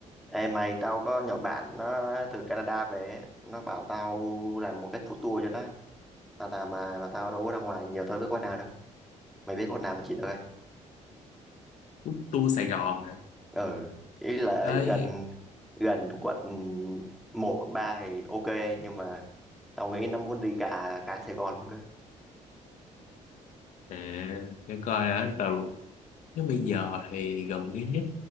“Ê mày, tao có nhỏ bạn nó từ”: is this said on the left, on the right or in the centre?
Centre